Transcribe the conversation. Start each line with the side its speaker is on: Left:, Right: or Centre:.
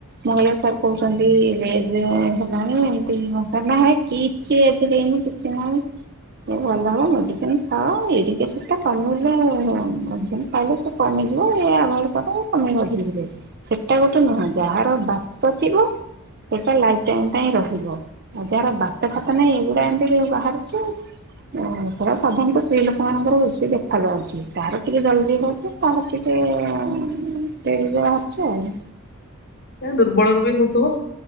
Right: ମଙ୍ଗଲେଶ୍ୱର କୁ କେମିତି ବି ହେଲାଣି ଏମତି କିଛି <unintelligible> ହେନି କିଛି ନାହିଁ ମୁଁ ଭଲ ହବ ମେଡିସିନ ଖାଅ ଏଇଠି ଏସବଟା କମେଇଲେ ଅଧିକ ପାଇଲେ ସେ କମିଯିବ ଏ ଆଗଟ କଥା କମେଇଲେ ଅଧିକିବ ସେଟା ଗୋଟେ ନୁହଁ ଯାହାର ବାତ ଥିବ ସେଟା ଲାଇଫ୍ ଟାଇମ୍ ପାଇଁ ରହିବ ଆ ଯାହାର ବାତ ଫାତ ନାହିଁ ଏଇଗୁଡା ଏମିତି ବାହାରୁଛିୁ ସେଇଟା ସାଧାରଣତଃ ସ୍ତ୍ରୀ ଲୋକ ସେମାନଙ୍କର ବେଶୀ ଦେଖାଯାଉଛି। କାହାର ଟିକେ ଜଲ୍ ଦି ହଉଛି, କାହାର ଟିକେ-ଏ ଡେରିରେ ଅଛ ଆଉ।
Left: ଏ ଦୁର୍ବଳରୁ ବି ହଉଥୁବ।